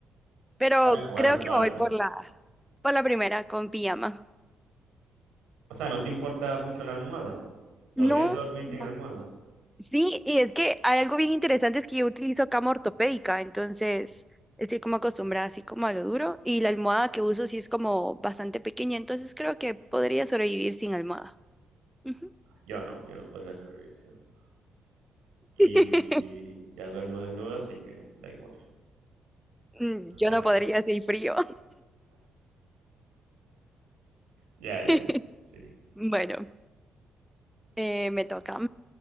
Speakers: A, in the centre; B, on the right.
A: Pero
B: bueno, bueno,
A: creo
B: claro.
A: que voy
B: pues.
A: por la, por la primera, con pijama.
B: O sea, ¿no te importa mucho la almohada? ¿Podrías
A: No,
B: dormir sin
A: no,
B: almohada?
A: Sí, y es que hay algo bien interesante, es que yo utilizo cama ortopédica, entonces estoy como acostumbrada así como a lo duro y la almohada que uso sí es como bastante pequeña, entonces creo que podría sobrevivir sin almohada. Ujú.
B: Yo no, yo no podría sobrevivir. sin almohada. Y,
A: <laughs>
B: y ya duermo desnuda, así que da igual.
A: Mm,
B: <laughs>
A: Yo no podría si hay frío.
B: Ya, ya,
A: <laughs>
B: sí.
A: Bueno, eh, me toca.